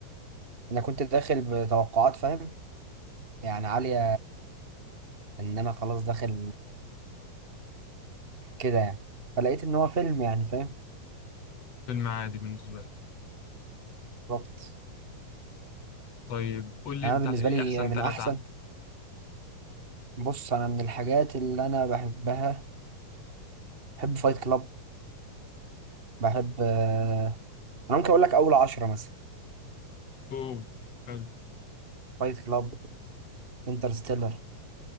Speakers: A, on the right (about 15°); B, on the left (about 50°).
A: انا كنت داخل بتوقعات فاهم يعني عاليه ان انا خلاص داخل كده يعني فلقيت ان هو فيلم يعني فاهم
B: فيلم عادي بالنسبة لي
A: بالظبط
B: طيب قول لي
A: يعني
B: انت
A: انا بالنسبه
B: ايه
A: لي
B: أحسن
A: من
B: تلاتة
A: احسن
B: عندك
A: بص انا من الحاجات اللي انا بحبها بحب فايت كلاب بحب آه، انا ممكن اقول لك اول عشرة مثلا
B: اوه حلو
A: فايت كلاب انترستيلر